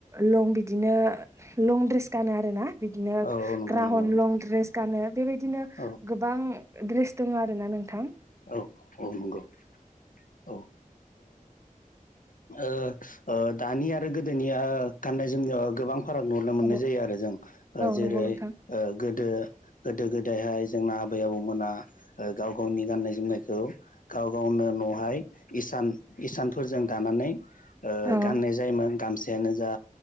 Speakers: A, on the right (about 20°); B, on the left (about 75°).
A: लं बिदिनो लं द्रेस गानो आरोना बिदिनो
B: औ औ नंगौ
A: ग्राहन
B: नंगौ नंगौ
A: लं द्रेस गानो बेबायदिनो
B: औ
A: दड्रेस दङ आरो ना नोंथां।
B: औ औ नंगौ औ ओ ओ ओ दानि आरो गोदोनिया गाननाय जोमनायाव गोबां फाराग नुनो मोननाय
A: औ
B: जायो आरो जों ओ
A: औ
B: जेरै
A: नंगौ नोंथां
B: ओ गोदो गोदो गोदायहाय जोंना आबै आबौमोना गाव गावनि गाननाय जोमनायखौ गाव गावनो न'आवहाय इसान इसानफोरजों दानानै ओ-
A: औ
B: गाननाय जायोमोन गामसा थायानो जा